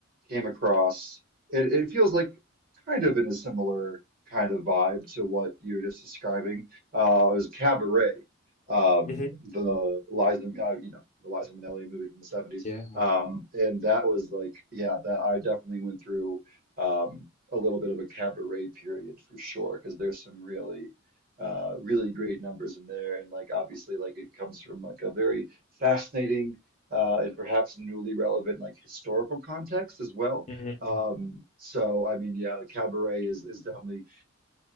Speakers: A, on the right; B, on the left.
A: came across, it, it feels like kind of in a similar kind of vibe to what you were just describing. Uh it was Cabaret. Um
B: hmm
A: the Liza uh, you know, the Liza Minnelli movie from the 70s.
B: Yeah.
A: Um and that was like yeah, that I definitely went through um a little bit of a cabaret period for sure because there's some really uh, really great numbers in there. And like obviously, like it comes from like a very fascinating uh, and perhaps newly relevant like historical context as well.
B: Mm-hmm.
A: Um, so I mean, yeah, Cabaret is is definitely